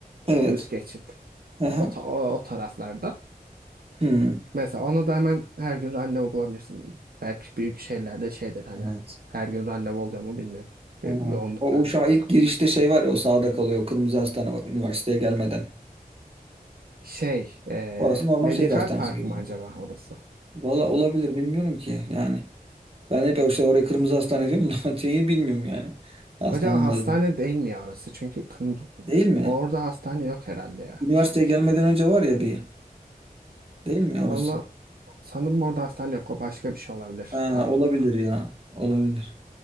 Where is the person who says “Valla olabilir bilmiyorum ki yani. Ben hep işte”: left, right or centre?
Right